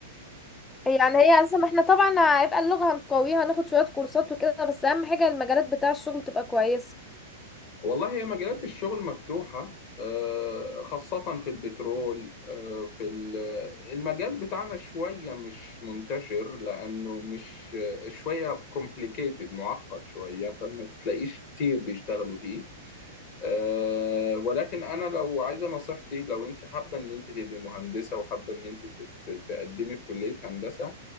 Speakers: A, on the left; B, on the left.
A: يعني هي اصلا ما احنا طبعا هيبقى اللغة هنقويها هناخد شوية كورسات وكده بس اهم حاجة المجالات بتاع الشغل تبقى كويسة
B: والله هي مجالات الشغل مفتوحة آه، خاصة في البترول آه، في ال- المجال بتاعنا شوية مش منتشر لأنه مش آه، شوية complicated معقد شوية فما تلاقيش كتير بيشتغلوا فيه أه ولكن انا لو عايزه نصيحتي لو انت حابه ان انت تبقي مهندسه وحابه ان انت ت- ت- تقدمي في كليه هندسه